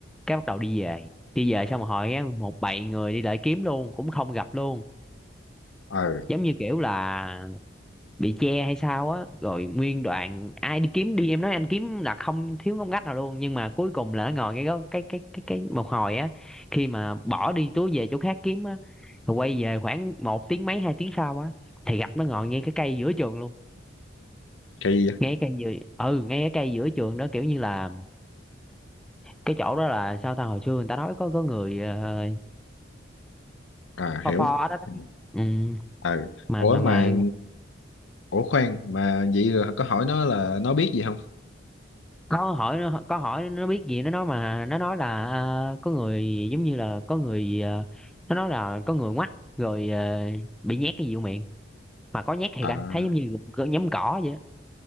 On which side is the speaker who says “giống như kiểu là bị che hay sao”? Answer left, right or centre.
Centre